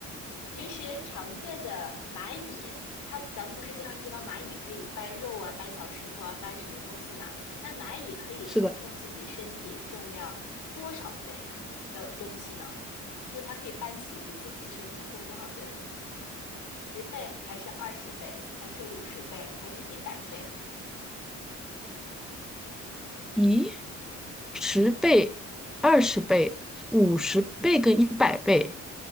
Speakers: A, on the left; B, in the centre.
A: 平时常见的蚂蚁，它咱们不是经常知道蚂蚁可以搬肉啊、搬小石头啊、搬什么东西嘛？那蚂蚁可以承受自己身体重量多少倍的东西呢？
B: 是的。
A: 就是它可以搬起比自己身体重多少倍的东西呢？十倍，还是二十倍，还是五十倍，还是一百倍？
B: 咦，十倍、二十倍、五十倍跟一百倍，